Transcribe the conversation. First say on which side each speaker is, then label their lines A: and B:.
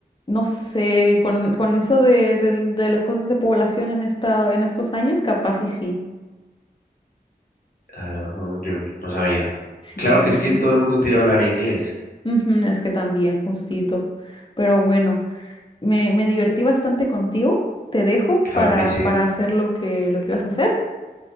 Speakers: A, on the left; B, on the left.
A: No sé, con, con eso de, del- de las cosas de población en esta, en estos años, capaz y sí.
B: ah, yo no sabía.
A: Sí,
B: Claro que es que todo el mundo tira a hablar inglés,
A: ujú, es que también, justito. Pero bueno, me, me divertí bastante contigo. Te dejo
B: claro
A: para,
B: que sí,
A: para hacer lo que, lo que ibas a hacer